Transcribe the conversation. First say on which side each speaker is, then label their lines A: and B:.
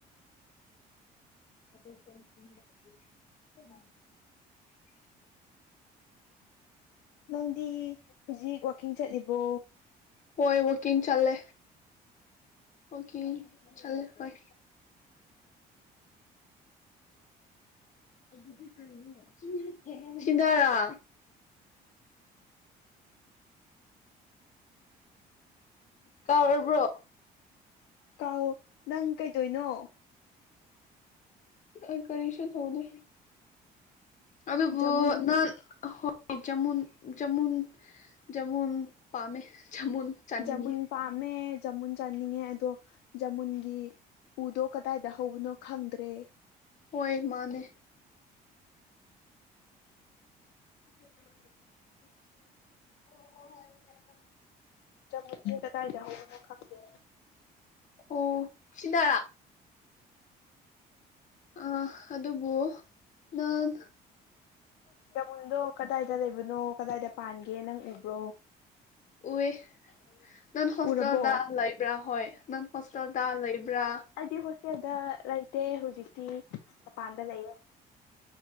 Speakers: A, on the left; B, on the left.
A: <unintelligible> <inaudible>
B: ꯅꯪꯗꯤ ꯍꯧꯖꯤꯛ ꯋꯥꯛꯀꯤꯡ ꯆꯠꯂꯤꯕꯣ
A: ꯍꯣꯏ ꯋꯥꯀꯤꯡꯡ ꯆꯜꯂꯦ ꯋꯥꯀꯤꯡ ꯆꯠꯂꯦ ꯍꯣꯏ <unintelligible> ꯁꯤꯗꯔꯥ ꯀꯥꯎꯔꯕ꯭ꯔꯣ
B: ꯀꯥꯎ ꯅꯪ ꯀꯩꯗꯣꯏꯅꯣ
A: ꯈꯣꯏ ꯀꯔꯤꯁꯨ ꯇꯧꯗꯦ ꯑꯗꯨꯕꯨ
B: ꯖꯃꯨꯟ
A: ꯅꯪ ꯖꯃꯨꯟ ꯖꯃꯨꯟ ꯖꯃꯨꯟ ꯄꯥꯝꯃꯦ ꯖꯃꯨꯟ ꯆꯥꯅꯤꯡꯉꯤ
B: ꯖꯃꯨꯟ ꯄꯥꯝꯃꯦ ꯖꯃꯨꯟ ꯆꯥꯅꯤꯡꯉꯦ ꯑꯗꯣ ꯖꯃꯨꯟꯒꯤ ꯎꯗꯣ ꯀꯗꯥꯏꯗ ꯍꯧꯕꯅꯣ ꯈꯪꯗ꯭ꯔꯦ
A: ꯑꯣꯏ ꯃꯥꯅꯦ <unintelligible>
B: ꯖꯃꯨꯟꯁꯦ ꯀꯗꯥꯏꯗ ꯍꯧꯕꯅꯣ ꯈꯪꯗꯦ
A: ꯑꯣ ꯁꯤꯗꯥꯔꯥ ꯑ ꯑꯗꯨꯕꯨ ꯅꯥꯟ
B: ꯆꯃꯨꯟꯗꯣ ꯀꯗꯥꯏꯗ ꯂꯩꯕꯅꯣ ꯀꯗꯥꯏꯗ ꯄꯥꯟꯒꯦ ꯅꯪ ꯎꯕ꯭ꯔꯣ
A: ꯎꯏ ꯅꯪ ꯍꯣꯁꯇꯦꯜꯗ
B: ꯎꯔꯕꯣ
A: ꯂꯩꯕ꯭ꯔꯥ ꯍꯣꯏ ꯅꯪ ꯍꯣꯁꯇꯦꯜꯗ ꯂꯩꯕ꯭ꯔꯥ
B: ꯑꯩꯗꯤ ꯍꯣꯁꯇꯦꯜꯗ ꯂꯩꯇꯦ ꯍꯧꯖꯤꯛꯇꯤ ꯃꯄꯥꯟꯗ ꯂꯩꯌꯦ